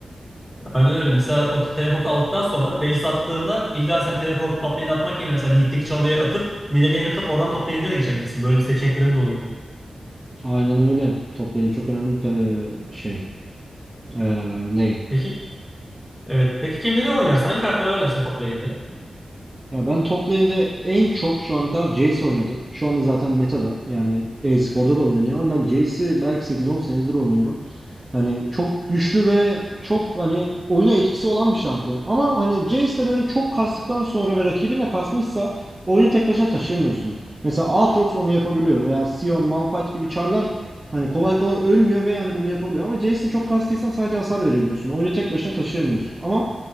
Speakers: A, in the centre; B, on the right.
A: Aynen öyle. Mesela o teleportu aldıktan sonra base attığında illa sen teleportu toplayana atmak yerine mesela mittik çalıya atıp mid'e gank atıp oradan top lane'e de geçebilirsin. Böyle bir seçeneklerin de oluyor.
B: Aynen öyle. Top lane çok önemli bir kar- e, şey. E, lane.
A: Peki evet. Peki kimleri oynarsın? Hangi karakterleri oynarsın top lane'de?
B: Ya ben top lane'de en çok şu ana kadar Jayce oynadım. Şu anda zaten meta'da yani e-sporda da oynanıyor ama ben Jayce'i belki 8-10 senedir oynuyorum. Hani çok güçlü ve çok hani oyuna etkisi olan bir şampiyon. Ama hani Jayce'le böyle çok kastıktan sonra ve rakibin de kasmışsa oyunu tek başına taşıyamıyorsun. Mesela Aatrox onu yapabiliyor veya Sion, Malphite gibi çarlar hani kolay kolay ölmüyor ve hani bunu yapabiliyor. Ama Jayce'le çok kastıysan sadece hasar verebiliyorsun. Oyunu tek başına taşıyamıyorsun. Ama